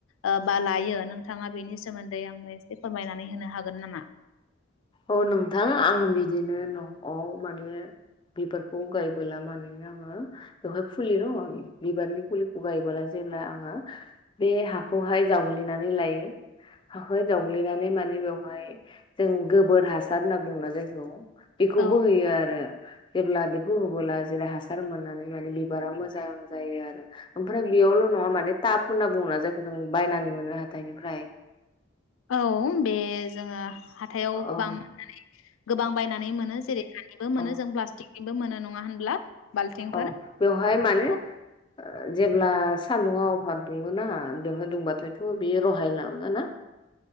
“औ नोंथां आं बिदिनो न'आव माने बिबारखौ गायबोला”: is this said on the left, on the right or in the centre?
Left